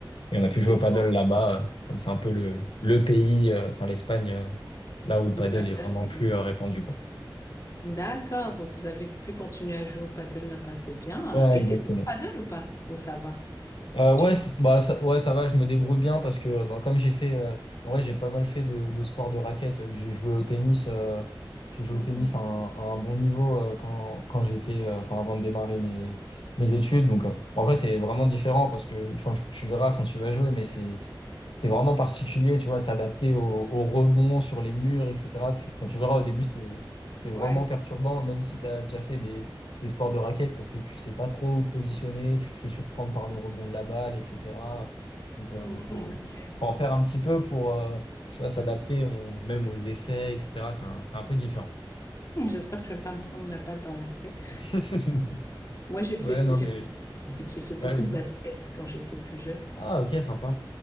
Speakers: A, on the left; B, on the left.
A: Et on a pu
B: c'est
A: jouer au paddle
B: bien
A: là-bas, euh, comme c'est un peu le, le pays, euh, enfin l'Espagne, euh, là
B: du
A: où le paddle
B: paddle.
A: est vraiment plus
B: oui.
A: euh, répandu, quoi.
B: D'accord, donc vous avez pu continuer à jouer au paddle là-bas, c'est bien.
A: Ouais,
B: Et
A: exactement.
B: t'es bien au paddle ou pas? Ou ça va?
A: Euh,
B: Tu...
A: ouais, c- bah, ça, ouais, ça va, je me débrouille bien parce que bah, comme j'ai fait, euh, en vrai, j'ai pas mal fait de, de sport de raquette. euh, J'ai joué au tennis, euh, j'ai joué
B: Mhm.
A: au tennis à un, à un bon niveau euh, quand, quand j'étais, euh, enfin, avant de démarrer mes, mes études. Donc, euh, en vrai, c'est vraiment différent parce que, enfin, tu verras quand tu vas jouer, mais c'est, c'est vraiment particulier, tu vois, s'adapter au, au rebond sur les murs, etc. Tu, enfin, tu verras au début, c'est, c'est vraiment
B: Ouais,
A: perturbant, même si tu as déjà fait les sports de raquette parce que tu sais pas trop où te positionner, tu te fais surprendre par le rebond de la balle, etc. Donc euh,
B: Mhm,
A: bon, faut,
B: ok.
A: faut en faire un petit peu pour euh, tu vois, s'adapter on- même aux effets, etc. C'est un, c'est un peu différent.
B: J'espère que je vais pas me prendre la balle dans la tête.
A: <laughs>
B: Moi, j'ai fait,
A: Ouais, non,
B: j'ai
A: mais
B: fait, <laughs> j'ai fait beaucoup
A: ouais, vas-y.
B: de basket quand j'étais plus jeune.
A: Ah, ok, sympa.